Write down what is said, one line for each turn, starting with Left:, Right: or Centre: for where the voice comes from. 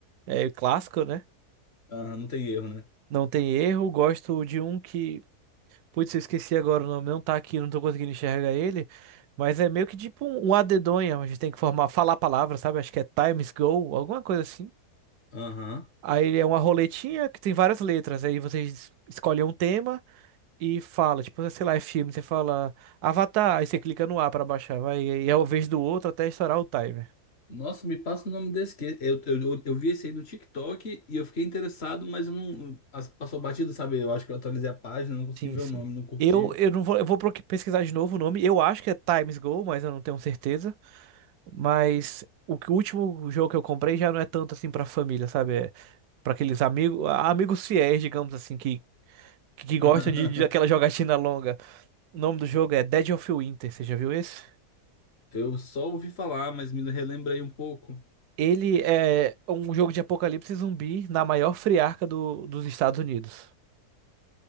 Right: é clássico, né?
Left: Aham, não tem erro, né?
Right: Não tem erro. Gosto de um que Putz, eu esqueci agora o nome, não tá aqui, não tô conseguindo enxergar ele. Mas é meio que tipo um, um a a gente tem que formar, falar a palavra, sabe? Acho que é Times Go, alguma coisa assim.
Left: Aham.
Right: Aí ele é uma roletinha que tem várias letras. Aí vocês escolhem um tema e fala, tipo, sei lá, é filme, você fala Avatar, aí você clica no A pra baixar, vai, e é o vez do outro até estourar o timer.
Left: Nossa, me passa o nome desse. que- Eu, eu, eu, eu vi esse aí no TikTok e eu fiquei interessado, mas eu não. as- Passou batido, sabe? Eu acho que eu atualizei a página, não consegui
Right: Sim,
Left: ver
Right: sim.
Left: o nome, não curti.
Right: Eu, eu não vou, eu vou pro- pesquisar de novo o nome. Eu acho que é Times Go, mas eu não tenho certeza. Mas o, que- o último jogo que eu comprei já não é tanto assim pra família, sabe? É pra aqueles amigos, amigos fiéis, digamos assim, que, que
Left: <laughs>
Right: gostam de, de aquela jogatina longa. O nome do jogo é Dead of Winter, você já viu esse?
Left: Eu só ouvi falar, mas me relembra aí um pouco.
Right: Ele é um jogo de apocalipse zumbi na maior friarca do- dos Estados Unidos.